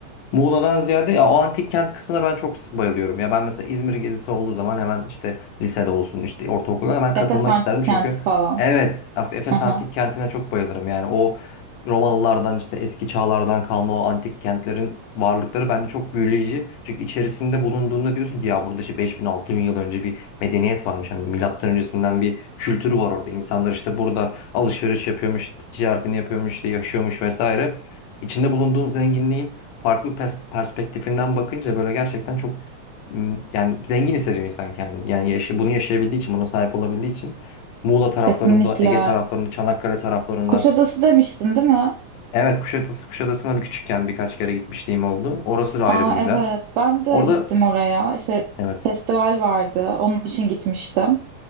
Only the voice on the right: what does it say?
Efes
Antik
Kenti
falan.
Aha,
kesinlikle.
Kuşadası demiştin değil mi?
Aa,
evet ben de
gittim oraya İşte
festival vardı onun için gitmiştim.